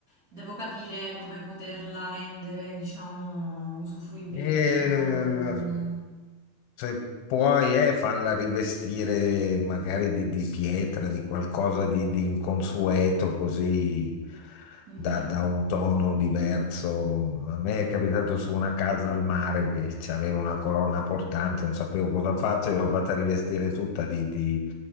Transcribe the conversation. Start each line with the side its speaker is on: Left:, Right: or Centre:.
Right: Devo capire come poterla rendere, diciamo, usufruibile
Left: E,
Right: in qualche modo. non-
Left: se puoi, eh, farla rivestire magari di, di pietra, di qualcosa di, di inconsueto, così
Right: Mhm.
Left: da, da un tono diverso. A me è capitato su una casa al mare che aveva una colonna portante, non sapevo cosa farci, l'ho fatta rivestire tutta di, di-